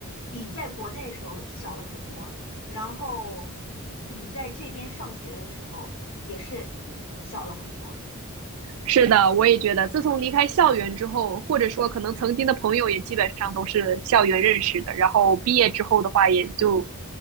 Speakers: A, on the left (about 65°); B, on the right (about 75°).
A: 比在国内的时候小了很多，然后比在这边上学的时候也是小了很多。
B: 是的，我也觉得，自从离开校园之后，或者说可能曾经的朋友也基本上都是校园认识的，然后毕业之后的话，也就